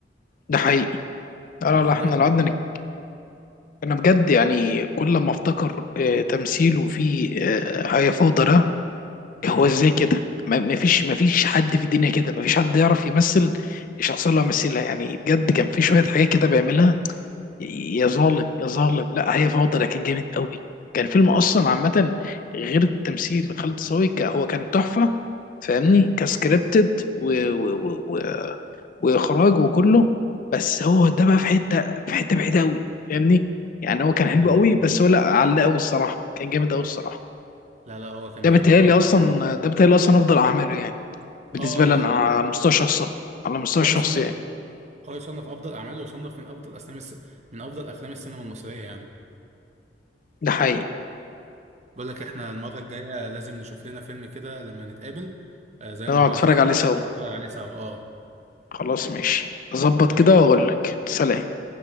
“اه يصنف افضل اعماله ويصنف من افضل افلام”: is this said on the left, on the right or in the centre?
Right